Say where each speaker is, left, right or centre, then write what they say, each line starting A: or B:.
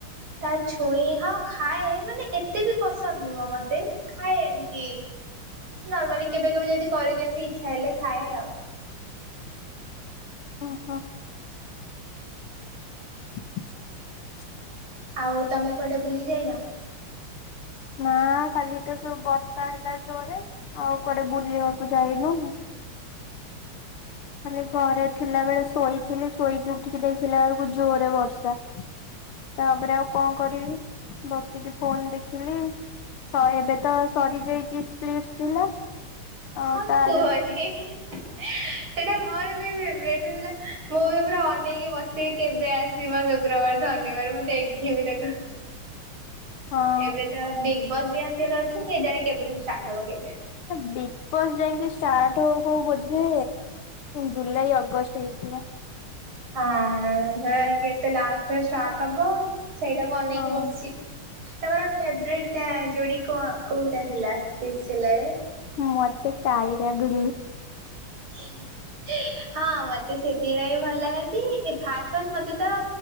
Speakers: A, on the right; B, on the left.
A: ତା ଛୁଇଁ ହଁ ଖାଏ ମାନେ ଏତେ ବି ପସନ୍ଦ ନୁହଁ ମତେ। ଖାଏ ଏମତି ନର୍ମାଲି କେବେ କେବେ ଯଦି କରିଦିଅନ୍ତି ଇଚ୍ଛା ହେଲେ ଖାଏ ଆଉ।
B: ଓ ହୋ। <inaudible>
A: ଆଉ ତମେ କୁଆଡେ ବୁଲି ଯାଇନ?
B: ନା କାଲି ତ ସବୁ ବର୍ଷା ହେଲା ଜୋରେ ଆଉ କୁଆଡେ ବୁଲିବାକୁ ଯାଇନୁ। ଖାଲି ଘରେ ଥିଲା ବେଳେ ଶୋଇଥିଲି ଶୋଇକି ଉଠିକି ଦେଖିଲା ବେଳକୁ ଜୋରେ ବର୍ଷା। ତାପରେ ଆଉ କଣ କରିବି ବସିକି ଫୋନ୍ ଦେଖିଲି। ସହେ ଡାଟା ସରିଯାଇଛି ସ୍ପ୍ଲିଟସ୍ ଥିଲା।
A: ହଁ
B: ଆଉ ତାର
A: ତୁହନି <unintelligible> ସେଇଟା ମୋର ବି ଫବ୍ରେଟ ସେଟା ମୁଁ ବି ପୁରା ଅନେଇକି ବସିିବି <unintelligible> କେବେ ଆସିବ ଶୁକ୍ରବାର, ଶନିବାର ମୁଁ ଦେଖିବି ତାକୁ।
B: ହଁ
A: ଏବେ ତ ବିଗ୍ ବସ୍ ବି ଆସିବାର ଅଛି କେଜାଣେ କେବେଠୁ ଷ୍ଟାର୍ଟ ହବ କେଜାଣେ।
B: ହେ ବିଗ୍ ବସ୍ ଯାଇକି ଷ୍ଟାର୍ଟ ହଉ ହଉ ବୋଧେ ଜୁଲାଇ, ଅଗଷ୍ଟ ହେଇଯିବ।
A: ହଁ ହେ କେତେ ଲାଷ୍ଟରେ ଷ୍ଟାଟ ହବ ସେଇଟାକୁ ଅନେଇକି
B: ହଁ
A: ବସିଛି। ତମର ଫବ୍ରେଟ୍ ଯୋଡି କ କୋଉଟା ଥିଲା ସ୍ପିକସ୍ ହେଲାବେଳେ <unintelligible>
B: ମତେ କାଇରା ଗୁ
A: <unintelligible> ହଁ ମୋତେ ସେଥିପାଇଁ ଭଲ ଲାଗନ୍ତି ଏ ଫାଷ୍ଟ ଫାଷ୍ଟ ମତେ ତ